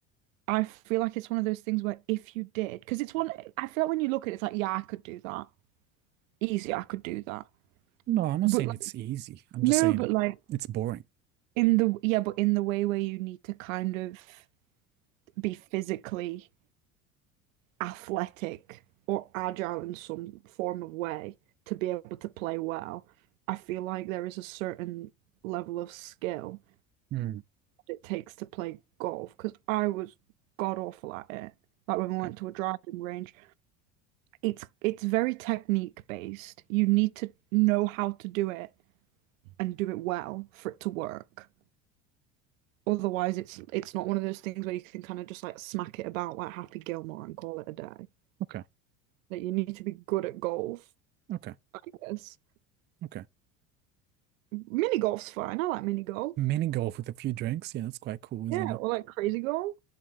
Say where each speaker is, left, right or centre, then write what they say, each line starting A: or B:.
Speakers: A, on the right; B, on the right.
A: I feel like it's one of those things where if you did, because it's one I feel like when you look at it, it's like, yeah, I could do that. Easy, I could do that.
B: No, I'm not
A: But
B: saying
A: like
B: it's easy. I'm
A: no,
B: just saying
A: but like
B: it's boring.
A: in the yeah, but in the way where you need to kind of be physically athletic or agile in some form of way to be able to play well. I feel like there is a certain level of skill
B: Hmm.
A: that it takes to play golf because I was god awful at it. Like when we went
B: Okay.
A: to a driving range, it's it's very technique based. You need to know how to do it and do it well for it to work. Otherwise, it's it's not one of those things where you can kind of just like smack it about like Happy Gilmore and call it a day.
B: Okay.
A: Like you need to be good at golf,
B: Okay.
A: I guess.
B: Okay.
A: Mini golf's fine. I like mini golf.
B: Mini golf with a few drinks. Yeah, that's quite cool, isn't
A: Yeah,
B: it?
A: or like crazy golf.